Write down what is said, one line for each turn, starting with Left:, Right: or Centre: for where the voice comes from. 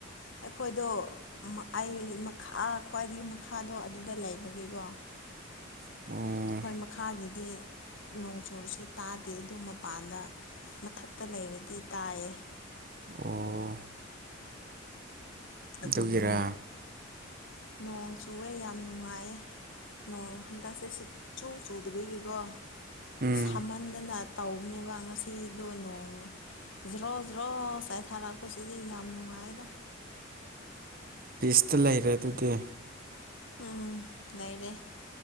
Left: ꯑꯩꯈꯣꯏꯗꯣ ꯑꯩ ꯃꯈꯥ ꯈ꯭ꯋꯥꯏꯗꯒꯤ ꯃꯈꯥꯗꯣ ꯑꯗꯨꯗ ꯂꯩꯕꯒꯤꯀꯣ
Right: <unintelligible> ꯑꯣ
Left: ꯑꯩꯈꯣꯏ ꯃꯈꯥꯒꯤꯗꯤ ꯅꯣꯡ ꯆꯨꯔꯁꯨ ꯇꯥꯗꯦ ꯑꯗꯨ ꯃꯄꯥꯟꯗ ꯃꯊꯛꯇ ꯂꯩꯔꯗꯤ ꯇꯥꯏꯌꯦ
Right: ꯑꯣ ꯑꯗꯨꯒꯒꯤꯔꯥ
Left: ꯑꯗꯨꯒꯤꯅꯦ ꯅꯣꯡ ꯆꯨꯑꯦ ꯌꯥꯝ ꯅꯨꯡꯉꯥꯏ ꯅꯣꯡ ꯍꯟꯗꯛꯁꯦ ꯁꯨꯛꯆꯨ ꯆꯨꯗꯕꯤꯒꯤꯀꯣ
Right: ꯎꯝ
Left: ꯁꯥꯍꯟꯗꯅ ꯇꯧꯕꯅꯦꯕ ꯉꯁꯤꯗꯣ ꯅꯣꯡ ꯖ꯭ꯔꯣ ꯖ꯭ꯔꯣ ꯆꯥꯏꯊꯥꯔꯛꯄꯁꯤꯗꯤ ꯌꯥꯝ ꯅꯨꯡꯉꯥꯏꯗ
Right: ꯄꯤꯁꯇ ꯂꯩꯔꯦ ꯑꯗꯨꯗꯤ
Left: ꯎꯝ ꯂꯩꯔꯦ